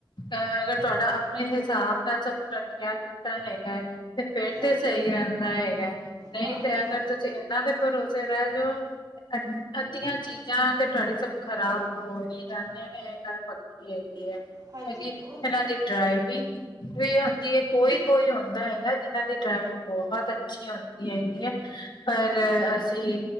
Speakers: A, on the left; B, on the right.
A: ਤੇ ਤੁਆਡਾ ਆਪਨੇ ਹਿਸਾਬ ਨਾਲ ਸਬ ਰੱਖੇਆ ਕੀਤਾ ਹੈਗੈ। ਤੇ ਫੇਰ
B: ਹਾਂਜੀ
A: ਤੇ ਸਹੀ ਰੈਂਦਾ ਐਗੈ, ਨਈ
B: ਹਾਂ
A: ਤੇ
B: ਹਾਂ
A: ਅਗਰ ਤੁਸੀਂ ਐਨਾ ਦੇ ਭਰੋਸੇ ਰੈ ਜੋ ਅੱਦੀਆਂ ਚੀਜ਼ਾਂ ਤੇ ਤੁਆਡੀ ਸਬ ਖ਼ਰਾਬ ਹੋ ਹੀ ਜਾਂਣੀਆਂ ਨੇ ਏ ਗਾੱਲ <unintelligible>
B: ਹਾਂਜੀ
A: ਹੈਗੀ
B: ਉਹ ਤਾਂ
A: ਏਨਾਂ
B: ਹੈ
A: ਦੀ ਡ੍ਰਾਈਵਿੰਗ ਵੀ ਔਂਦੀ ਕੋਈ-ਕੋਈ ਹੋਂਦਾ ਏ ਜਿਨਾਂ ਦੀ ਡ੍ਰਾਵਿੰਗ ਬੋਹਤ ਅੱਛੀ ਹੋਂਦੀ ਹੈਗੀ ਏ, ਪਰ
B: ਹਾਂਜੀ
A: ਅਸੀਂ